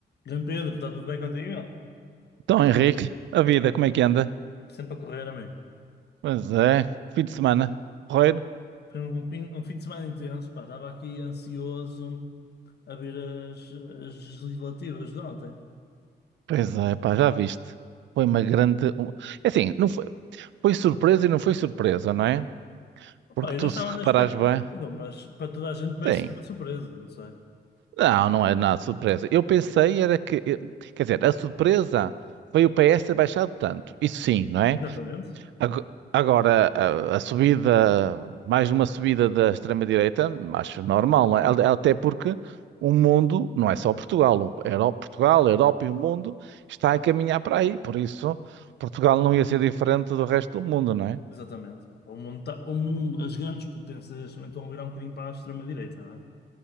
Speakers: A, on the left (about 60°); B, on the right (about 80°).
A: João Pedro, está tudo bem contigo?
B: Então, Henrique, a vida, como é que anda?
A: Sempre a correr a mim.
B: Pois é, fim de semana, porreiro.
A: Foi um, pin- um fim de semana intenso, pá. Estava aqui ansioso a ver as, as legislativas de ontem.
B: Pois é, pá, já viste. Foi uma grande. um- é Assim, não foi, foi surpresa e não foi surpresa, não é? Porque
A: Pá, eu
B: tu,
A: já estava
B: se reparares
A: na expectativa,
B: bem,
A: mas para toda a gente parece
B: sim.
A: uma surpresa, não sei.
B: Não, não é nada surpresa. Eu pensei era que. eu- Quer dizer, a surpresa foi o PS ter baixado tanto. Isso sim, não é?
A: Exatamente.
B: Ago- Agora, a, a subida mais uma subida da extrema-direita, acho normal, não é? Al- Até porque o mundo, não é só Portugal, o Euro- Portugal, a Europa e o mundo está a caminhar para aí, por isso Portugal não ia ser diferente do resto do mundo, não é?
A: Exatamente. pá. O mundo, tá- o mundo, as grandes potências neste momento estão a virar um bocadinho para a extrema-direita,